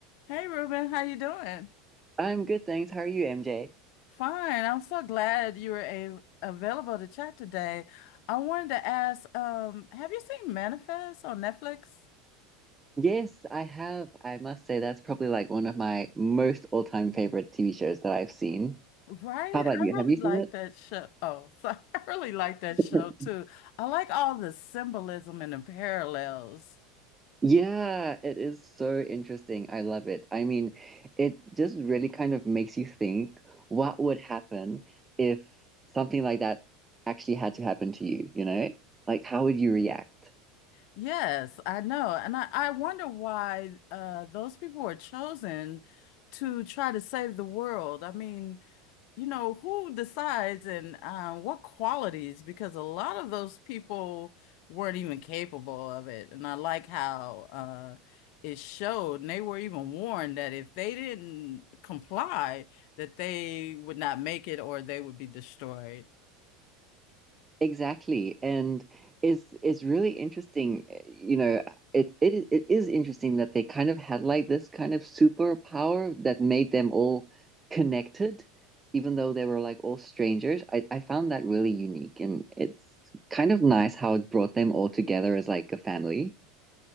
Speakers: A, on the left; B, on the right.
A: Hey Ruben, how you doing?
B: I'm good, thanks. How are you, MJ?
A: Fine. I'm so glad you were a available to chat today. I wanted to ask, um, have you seen Manifest on Netflix?
B: Yes, I have. I must say that's probably like one of my most all-time favorite TV shows that I've seen.
A: Right?
B: How about
A: I
B: you?
A: really
B: Have you
A: like
B: seen it?
A: that show. Oh, sorry. <laughs> I really like that
B: <laughs>
A: show too. I like all the symbolism and the parallels.
B: Yeah, it is so interesting. I love it. I mean, it just really kind of makes you think what would happen if something like that actually had to happen to you, you know? Like, how would you react?
A: Yes, I know. And I, I wonder why uh those people were chosen to try to save the world. I mean, you know, who decides and uh, what qualities? Because a lot of those people weren't even capable of it. And I like how uh, it showed, and they were even warned that if they didn't comply, that they would not make it or they would be destroyed.
B: Exactly. And it's it's really interesting, eh, you know, it it is- it is interesting that they kind of had like this kind of superpower that made them all connected, even though they were like all strangers. I, I found that really unique and it's kind of nice how it brought them all together as like a family.